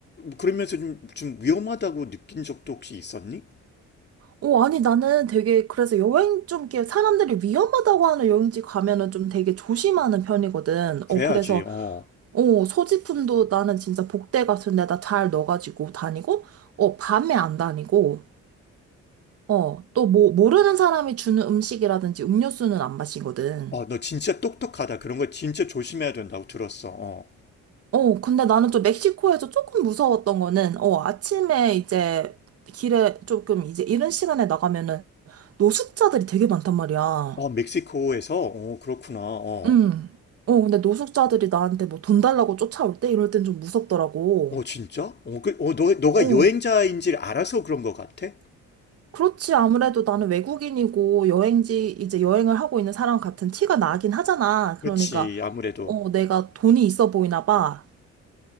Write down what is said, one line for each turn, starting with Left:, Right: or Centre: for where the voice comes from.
Left: 그러면서 좀, 좀 위험하다고 느낀 적도 혹시 있었니?
Right: 어, 아니, 나는 되게 그래서 여행 좀 이렇게 사람들이 위험하다고 하는 여행지 가면은 좀 되게 조심하는 편이거든.
Left: 그래야지,
Right: 어, 그래서
Left: 어.
Right: 어, 소지품도 나는 진짜 복대 같은 데다 잘 넣어가지고 다니고, 어, 밤에 안 다니고, 어, 또 뭐, 모르는 사람이 주는 음식이라든지 음료수는 안 마시거든.
Left: 어, 너 진짜 똑똑하다. 그런 거 진짜 조심해야 된다고 들었어, 어.
Right: 어, 근데 나는 좀 멕시코에서 조금 무서웠던 거는, 어, 아침에 이제 길에 조금 이제 이른 시간에 나가면은 노숙자들이 되게 많단 말이야.
Left: 어, 멕시코에서? 어, 그렇구나, 어.
Right: 음. 어, 근데 노숙자들이 나한테 뭐 돈 달라고 쫓아올 때 이럴 땐 좀 무섭더라고.
Left: 어, 진짜? 어, 그, 어, 너, 너가
Right: 어.
Left: 여행자인지를 알아서 그런 것 같아?
Right: 그렇지. 아무래도 나는 외국인이고 여행지 이제 여행을 하고 있는 사람 같은 티가 나긴 하잖아.
Left: 그렇지,
Right: 그러니까,
Left: 아무래도.
Right: 어, 내가 돈이 있어 보이나 봐.